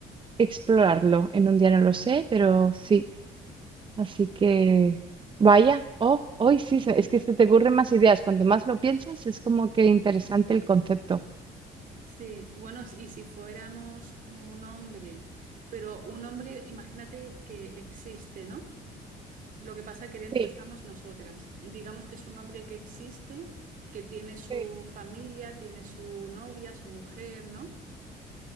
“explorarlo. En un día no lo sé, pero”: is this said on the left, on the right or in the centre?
Right